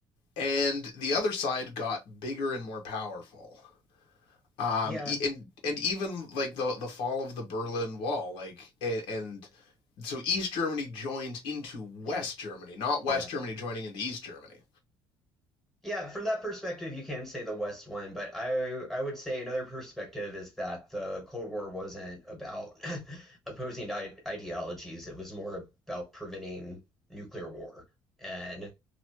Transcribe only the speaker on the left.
and the other side got bigger and more powerful um
e- and and even like the the fall of the Berlin Wall like and, and so East Germany joins into West
Germany not West
Germany joining into East Germany